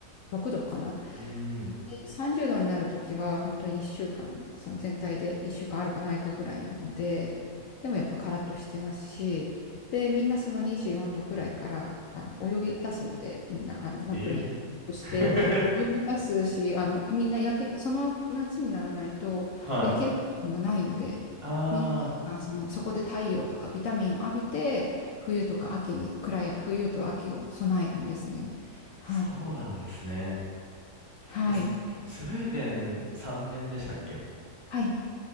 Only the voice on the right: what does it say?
うーん。
ええ
<laughs>
はい。ああ、
そうなんですね。
え、ススウェーデン3年でしたっけ